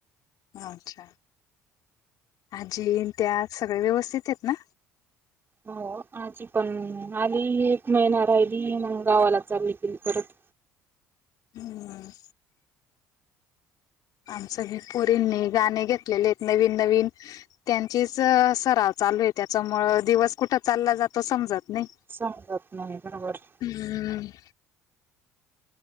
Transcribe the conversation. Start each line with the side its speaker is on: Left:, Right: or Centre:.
Left: अच्छा... आजी त्यात सगळे व्यवस्थित आहेत ना...
Right: हो आजी पण आली एक महिना राहिली मग गावाला चालली ती परत.
Left: हम्म! आमच हे पोरींनी गाणे घेतलेले आहेत नवीन नवीन. त्यांचीच सराव चालू आहे त्याच्यामुळ दिवस कुठं चालला जातो समजत नाही.
Right: समजत नाही बरोबर.
Left: हम्म!